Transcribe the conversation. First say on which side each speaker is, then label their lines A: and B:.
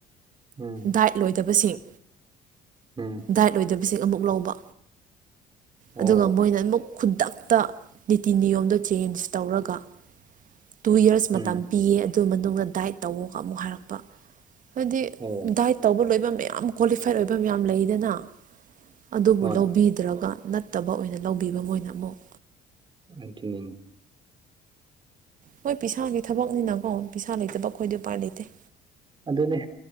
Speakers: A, on the right; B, on the right.
A: ꯎꯝ
B: ꯗ ꯂꯣꯏ ꯐꯠꯇꯕꯁꯤꯡ
A: ꯎꯝ
B: ꯗꯥꯏꯠ ꯑꯣꯏꯗꯕꯁꯤꯡ ꯑꯃꯨꯛ ꯂꯧꯕ ꯑꯗꯨꯒ
A: ꯑꯣ
B: ꯃꯣꯏꯅ ꯑꯃꯨꯛ ꯈꯨꯗ ꯇ ꯅꯤꯇꯤ ꯅꯤꯌꯣꯝꯗꯣ ꯆꯦꯟꯖ ꯇꯧꯔꯒ ꯇꯨ ꯌꯔꯁ ꯃꯇꯝ
A: ꯎꯝ
B: ꯄꯤꯌꯦ ꯑꯗꯨ ꯃꯅꯨꯡꯗ ꯗꯥꯏꯠ ꯇꯧꯋꯒ ꯑꯃꯨꯛ ꯍꯥꯏꯔꯛꯄ ꯍꯥꯏꯗꯤ
A: ꯑꯣ
B: ꯗꯥꯏꯠ ꯇꯧꯕ ꯂꯣꯏꯕ ꯃꯌꯥꯝ ꯀ꯭ꯋꯥꯂꯤꯐꯥꯏꯠ ꯑꯣꯏꯕ ꯃꯌꯥꯝ ꯂꯩꯗꯅ ꯑꯗꯨꯕꯨ
A: ꯍꯣꯏ
B: ꯂꯧꯕꯤꯗ꯭ꯔꯒ ꯅꯠꯇꯕ ꯑꯣꯏꯅ ꯂꯧꯕꯤꯕ ꯃꯣꯏꯅ ꯑꯃꯨꯛ
A: ꯑꯗꯨꯇꯅꯤꯅꯤ
B: ꯍꯣꯏ ꯄꯁꯥꯒꯤ ꯊꯕꯛꯅꯤꯅꯀꯣ ꯄꯩꯁꯥ ꯂꯩꯇꯕ ꯑꯩꯈꯣꯏꯗꯤ ꯎꯄꯥꯏ ꯂꯩꯇꯦ
A: ꯑꯗꯨꯅꯦ